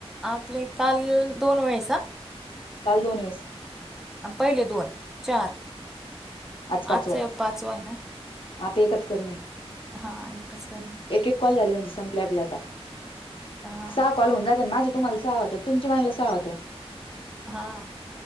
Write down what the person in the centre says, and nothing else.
आपले काल दोन वेळेस आ
अनं पहिले दोन चार
आजच ह्यो पाचवा आय ना
हा एकच करनय
हां
हा-